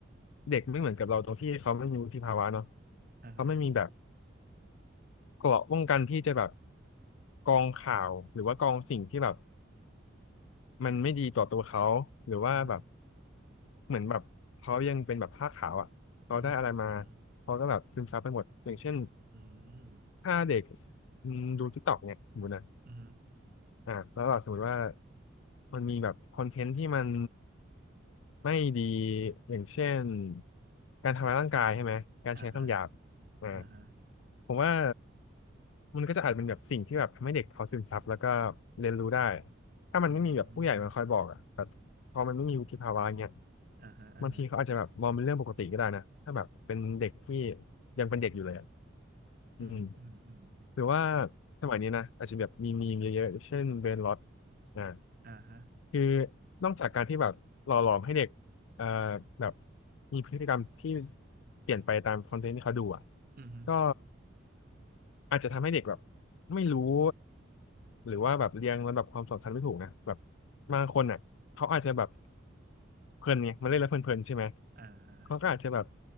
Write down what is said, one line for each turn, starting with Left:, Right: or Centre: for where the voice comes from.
Left: เด็กไม่เหมือนกับเราตรงที่เขาไม่มีวุฒิภาวะเนาะ
Right: อ่าฮะ
Left: เขาไม่มีแบบเกราะป้องกันที่จะแบบกรองข่าวหรือว่ากรองสิ่งที่แบบมันไม่ดีต่อตัวเขาหรือว่าแบบ
Right: อ่าฮะ
Left: เหมือนแบบเขายังเป็นแบบผ้าขาวอ่ะเขาได้อะไรมา
Right: อืมอืม
Left: เขาก็แบบซึมซับไปหมดอย่างเช่น
Right: อืมอืม
Left: ถ้าเด็กอืมดูทิกตอกเนี่ยสมมตินะ
Right: อืม
Left: อ่าแล้วแบบสมมติว่ามันมีแบบคอนเทนต์ที่มันไม่ดีอย่างเช่นการทำร้ายร่างกายใช่ไหมการใช้คำหยาบ
Right: อ่าฮะ
Left: อ่า
Right: อ่าฮะ
Left: ผมว่ามันก็จะอาจเป็นแบบสิ่งที่แบบทำให้เด็กเขาซึมซับแล้วก็เรียนรู้ได้ถ้ามันไม่มีแบบผู้ใหญ่มาคอยบอกอ่ะแบบพอมันไม่มีวุฒิภาวะเงี้ย
Right: อืม อ่าฮะอ่าฮะ
Left: บางทีเขาอาจจะแบบมองเป็นเรื่องปกติก็ได้นะถ้าแบบเป็นเด็กที่ยังเป็นเด็กอยู่เลยอ่ะอืม
Right: อืมอืมอืมอืม
Left: หรือว่าสมัยนี้นะอาจจะแบบมีมีมเยอะๆเช่นเบรนล็อตอ่า
Right: อ่าฮะ
Left: คือนอกจากการที่แบบหล่อหลอมให้เด็กเอ่อแบบมีพฤติกรรมที่เปลี่ยนไปตามคอนเทนต์ที่เขาดูอ่ะ
Right: อืมฮึ
Left: ก็อาจจะทำให้เด็กแบบไม่รู้หรือว่าแบบเรียงลำดับความสำคัญไม่ถูกนะแบบบางคนอ่ะเขาอาจจะแบบเพลินไงมันเล่นแล้วเพลินๆใช่ไหม
Right: อ่าอ่า
Left: เขาก็อาจจะแบบ